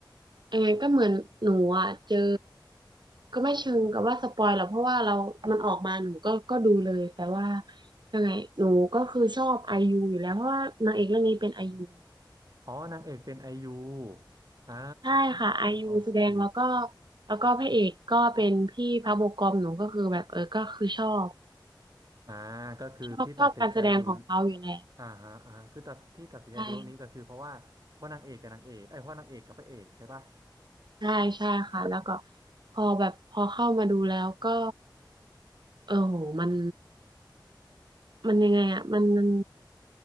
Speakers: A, on the right; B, on the right.
A: ยังไงก็เหมือนหนูอะเจอก็ไม่เชิงกับว่าสปอยหรอกเพราะว่าเรามันออกมาหนูก็ก็ดูเลยแต่ว่ายังไงหนูก็คือชอบไอยูอยู่แล้วเพราะว่านางเอกเรื่องนี้เป็นไอยู
B: อ๋อนางเอกเป็นไอยูอ่า
A: ใช่ค่ะไอยูแสดงแล้วก็
B: โอเค
A: แล้วก็พระเอกก็เป็นพี่พระโบกอมหนูก็คือแบบเออก็คือชอบ
B: อ่าก็คือที่ตัดสินใจดู
A: ชอบชอบการแสดงของเขาอยู่แล้ว
B: อ่าฮะอ่าคือตัดที่ตัดสินใจดูเรื่องนี้ก็คือเพราะว่าเพราะนางเอกกับนางเอกไอ้ยเพราะนางเอกกับพระเอกใช่ปะ
A: ใช่ ใช่ใช่ค่ะแล้วก็พอแบบพอเข้ามาดูแล้วก็เออโหมันมันยังไงอ่ะมันมัน